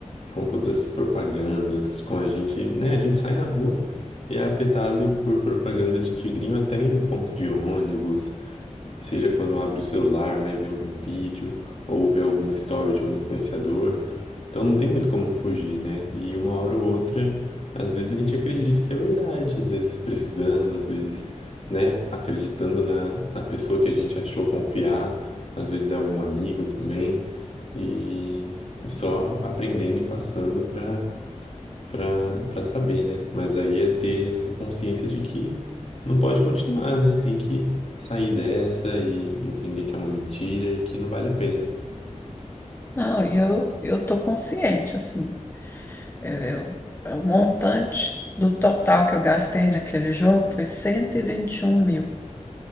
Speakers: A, on the left; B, on the left.
A: com todas essas propagandas, com a gente, né? A gente sai na rua e é afetado por propaganda de tigrinho até em ponto de ônibus, seja quando abre o celular, vai ver algum vídeo ou vê algum story de algum influenciador. Então não tem muito como fugir, né? E uma hora ou outra, às vezes a gente acredita que é verdade, às vezes precisando, às vezes, né, acreditando na, na pessoa que a gente achou confiar, às vezes é algum amigo também, e, e só aprendendo e passando para para para saber, né? Mas aí é ter essa consciência de que não pode continuar, né? Tem que sair dessa e entender que é uma mentira e que não vale a pena.
B: Não, e eu, eu tô consciente, assim. É, Eu, é o montante do total que eu gastei naquele jogo foi cento e e vinte e um mil.